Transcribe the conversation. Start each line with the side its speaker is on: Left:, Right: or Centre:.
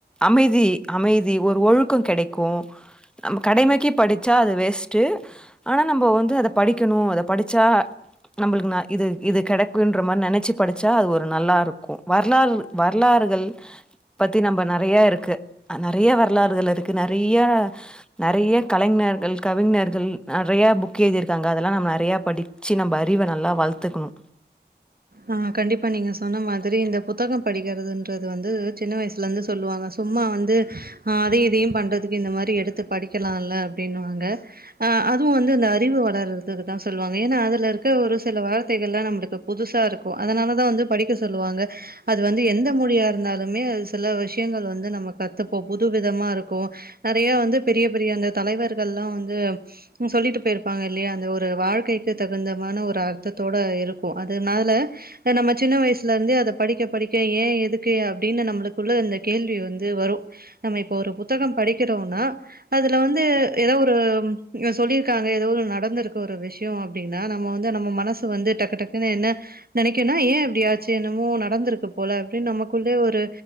Centre: அமைதி அமைதி ஒரு ஒழுக்கோ கெடைக்கோ நம்ம கடைமைக்கே படிச்சா அது வேஸ்ட்டு ஆனா நம்போ வந்து அத படிக்கணோ அத படிச்சா நம்பளுக்கு நா இது இது கெடைக்குன்ற மார் நெனச்சி படிச்சா அது ஒரு நல்லா இருக்கு வரலாறு வரலாறுகள் பத்தி நம்ப நெறைய இருக்கு நெறைய வரலாறுகள் இருக்கு நெறைய நெறைய கலைஞர்கள் கவிஞர்கள் நெறையா புக் எழுதியிருக்காங்க அதெல்லா நம்ம நெறையா படிச்சி நம்ப அறிவ நல்லா வள்த்துக்கனு
Right: ஆ கண்டிப்பா நீங்க சொன்ன மாதிரி இந்த புத்தகம் படிக்கிறது றது வந்து சின்ன வயசுலந்து சொல்லுவாங்க சும்மா வந்து ஆ அதையு இதையு பண்றதுக்கு இந்த மாரி எடுத்து படிக்கலால்ல அப்டின்னுவாங்க அ அதுவு வந்து இந்த அறிவு வளர்றதுக்கு தா சொல்வாங்க ஏனா அதுல இருக்க ஒரு சில வார்த்தைகள்லா நம்மளுக்கு புதுசு தா இருக்கு அதனால தா வந்து படிக்க சொல்லுவாங்க அது வந்து எந்த மொழியா இருந்தாலுமே அது சில விஷ்யங்கள் வந்து நம்ம கத்துப்போ புது விதமா இருக்கு நெறைய வந்து பெரிய பெரிய அந்த தலைவர்கல்லா வந்து ம் சொல்லிட்டு போய்ருப்பாங்க இல்லையா அந்த ஒரு வாழ்க்கைக்கு தகுந்தமான ஒரு அர்த்தத்தோட இருக்கு அ துனால இப்ப நம்ம சின்ன வயசுல இருந்து அத படிக்க படிக்க ஏ எதுக்கு அப்டின்னு நம்மளுக்குள்ள இந்த கேள்வி வந்து வரு நம்ம இப்ப ஒரு புத்தகோ படிக்கிறோனா அதுல வந்து ஏதோ ஒரு சொல்லிர்க்காங்க ஏதோ ஒரு நடந்திருக்கு ஒரு விஷ் டியு அப்டினா நம்ம வந்து நம்ம மனச வந்து டக்கு டக் பின்ன என்ன நெனைக்கனா ஏ அப்டி ஆச்சி என்னமோ நடந்திருக்கு போல அப்டின் நமக்குள்ளேயே ஒரு